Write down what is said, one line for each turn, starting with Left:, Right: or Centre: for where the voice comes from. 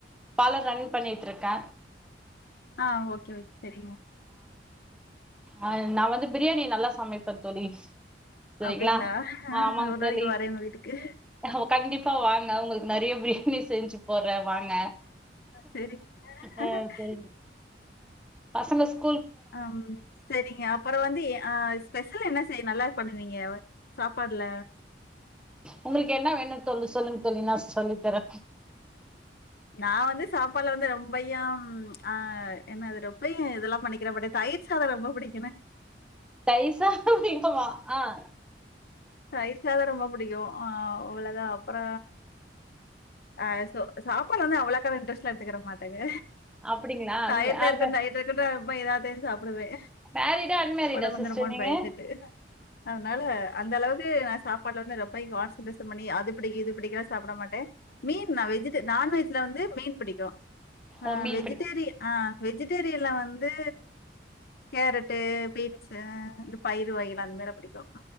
Centre: பல ரன் பண்ணிட்டு இருக்கே
Left: ஆ ஓகே ஓகே சரிங்க
Centre: அ நா வந்து பிரியாணி நல்லா சமைப்பே தோழி சரிங்களா
Left: அப்டிங்களா ஆ
Centre: ஆமாங்க
Left: ஒரு
Centre: தோழி
Left: நாளைக்கு வரேன் உங்க வீட்டுக்கு
Centre: அ ஓ கண்டிப்பா வாங்க உங்களுக் நறைய பிரியாணி செஞ்சு போடற வாங்க
Left: சரிங்க
Centre: அ சரி பசங்க ஸ்கூ
Left: அம் சரிங்க அப்பற வந்து ஸ்பெஷல் என்ன சரி நல்லா பண்ணுவீங்க சாப்பாடுல
Centre: உங்களுக்கு என்ன வேணுன் கொஞ்ச சொல்லுங்க தோழி நா சொல்லி தரே
Left: நா வந்து சாப்பாடுலா வந்து ரொம்பையும் ஆ என்னது ரொம்ப இதெல்லா பண்ணிக்கிறே மாட்டே தயிர் சாதம் ரொம்ப பிடிக்
Centre: தயிர் <unintelligible>
Left: தயிர் சாதம் ரொம்ப புடிக்கும் அவ்வளதா அப்புற ஆ சாப்பாடுல்லா வந்து அவ்ளக்கான இன்ட்ரெஸ்ட்ல எடுத்துக்கற மாட்டேங்க
Centre: அப்டிங்களா
Left: டயட்ல
Centre: அப்ப
Left: இருக்கே <unintelligible> இப்ப ஏதாவ பேசாப் சாப்பிடவே
Centre: மேரிடா அன்மேரிடா
Left: உடம்ப வந்துடுமோனு
Centre: சிஸ்டர் நீங்க
Left: பயந்துட்டு அதனால அந்த அளவுக் ந்து நா சாப்பாடுல வந்து ரொம்ப கான்சன்டரேஷன் பண்ணி அது படி இது பிடிக்கலா சாப்ட மாட்ட மீன் வெஜ் நான்வெஜ் ல வந்து மீன் பிடிக்கும் ஆ
Centre: ஓ மீன்
Left: வெஜ்டேரியன்
Centre: பிடி
Left: ஆ வெஜ்டேரியன் இல்ல வந்து கேரட்டு பீன்ஸ் இந்த பயிறு வகைல அந்த மார பிடிக்கும்